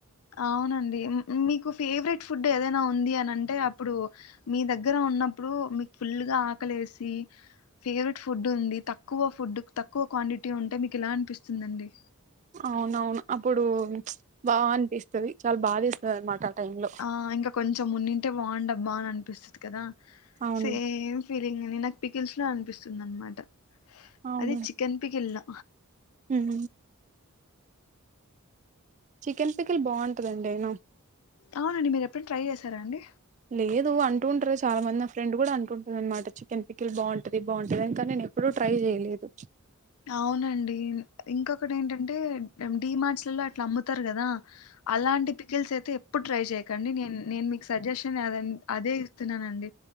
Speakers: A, on the left; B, on the right.
A: అవునండి మ్ మ్ మీకు ఫేవరెట్ ఫుడ్ ఏదైనా ఉంది అని అంటే అప్పుడు మీ దగ్గర ఉన్నప్పుడు మీకు ఫుల్గా ఆకలేసి ఫేవరెట్ ఫుడ్ ఉంది తక్కువ ఫుడ్ తక్కువ క్వాంటిటీ ఉంటే మీకు ఎలా అనిపిస్తుందండి
B: అవునవును అప్పుడు బా అనిపిస్తది చాలా భాదేస్తది అనమాట టైమ్ లో
A: ఆ ఇంకా కొంచెం కొంచమున్నింటే బగుండబ్బా అని అనిపిస్తది కదా
B: అవును
A: సేమ్ ఫీలింగ్ని నాకు పికిల్స్ లో అనిపిస్తుంది అనమాట
B: అవును
A: అది చికెన్ పికిల్ల్
B: ఉమ్ చికెన్ పిక్కల్ బాగుంటదండి అయినా
A: అవునండి మీరు ఎప్పుడు ట్రై చేశారా అండి
B: లేదు అంటుంటరు చాలా మంది నా ఫ్రెండ్ కూడా అంటుంటది అనమాట చికెన్ పిక్కిల్ బాగుంటది బాగుంటది అని కని నేను ఎప్పుడూ ట్రై చేయలేదు
A: అవునండి ఇంకొకటి ఏంటంటే మేం డీ మార్ట్స్లల అట్లా అమ్ముతారు కదా అలాంటి పికల్స్ అయితే ఇప్పుడు ట్రై చెయకండి నే నేను మీకు సజెషన్ అద అదే ఇస్తున్నాన అండి